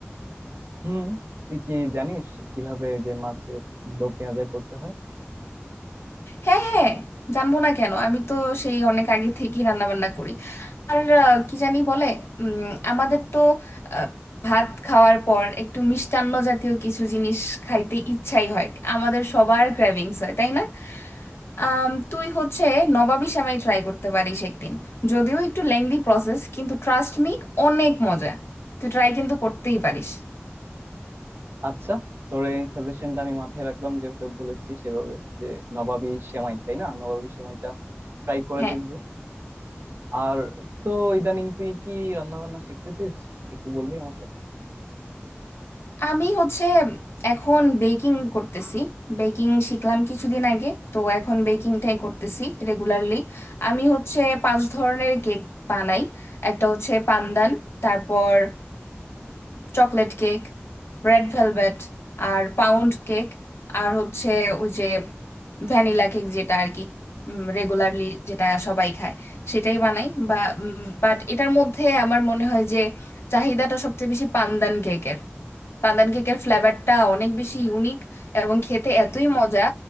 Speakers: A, on the right (about 60°); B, on the left (about 65°).
A: হুম তুই কি জানিস কিভাবে যে মাছের দো পেঁয়াজা করতে হয়
B: হ্যাঁ হ্যাঁ জানবো না কেন আমি তো সেই অনেক আগে থেকেই রান্না বান্না করি আর আহ, কি জানি বলে উম, আমাদের তো আহ, ভাত খাওয়ার পর একটু মিষ্টান্ন জাতীয় কিছু জিনিস খাইতে ইচ্ছাই হয় আমাদের সবার ক্র্যাভিংস হয় তাই না আম, তুই হচ্ছে নবাবী সেমাই ট্রাই করতে পারিস একদিন যদিও একটু লেংদি প্রসেস কিন্তু ট্রাস্ট মি অনেক মজা তুই ট্রাই কিন্তু করতেই পারিস
A: আচ্ছা তোর এই সাজেশনটা আমি মাথায় রাখলাম যেহেতু বলেছি সেভাবে যে নবাবী সেমাই তাই না নবাবী সেমাইটা ট্রাই করে
B: হ্যাঁ
A: দেখবো আর তো ইদানিং তুই কি রান্না বান্না শিখতেছিস একটু বলবি আমাকে
B: আমি হচ্ছে এখন বেকিং করতেছি বেকিং শিখলাম কিছুদিন আগে তো এখন বেকিংটাই করতেছি রেগুলারলি আমি হচ্ছে পাঁচ ধরনের কেক বানাই একটা হচ্ছে পান্দান তারপর চকলেট কেক রেড ভেলভেট আর পাউন্ড কেক আর হচ্ছে ওই যে ভ্যানিলা কেক যেটা আর কি রেগুলারলি যেটা সবাই খায় সেটাই বানাই বা বাট এটার মধ্যে আমার মনে হয় যে চাহিদাটা সবচেয়ে বেশি পান্দান কেকের বাদাম কেকের ফ্লেভারটা অনেক বেশি ইউনিক এবং খেতে এতই মজা